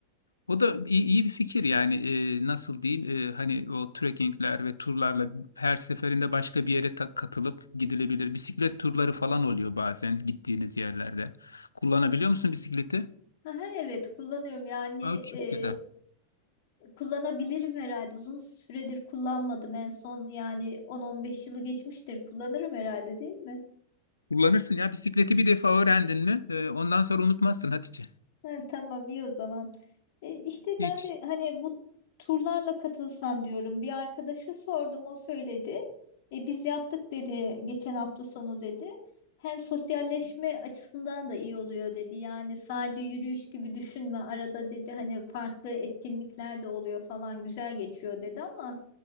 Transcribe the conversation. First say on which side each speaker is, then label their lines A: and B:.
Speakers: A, on the left; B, on the left.
A: O da iyi, iyi bir fikir yani Ee, nasıl diyeyim Ee, hani o trekkingler ve turlarla her seferinde başka bir yere ta- katılıp gidilebilir. Bisiklet turları falan oluyor bazen gittiğiniz yerlerde. Kullanabiliyor musun bisikleti?
B: Aha, evet kullanıyorum yani
A: Aa, çok
B: e,
A: güzel.
B: kullanabilirim herhalde. Uzun süredir kullanmadım en son yani 10-15 yılı geçmiştir. Kullanırım herhalde değil mi?
A: Kullanırsın ya bisikleti bir defa öğrendin mi? e, ondan sonra unutmazsın Hatice.
B: Ha, tamam iyi o zaman. E, işte
A: Hiç.
B: ben de hani bu turlarla katılsam diyorum. Bir arkadaşa sordum o söyledi. E, biz yaptık dedi geçen hafta sonu dedi. Hem sosyalleşme açısından da iyi oluyor dedi. Yani sadece yürüyüş gibi düşünme arada dedi hani farklı etkinlikler de oluyor falan güzel geçiyor dedi ama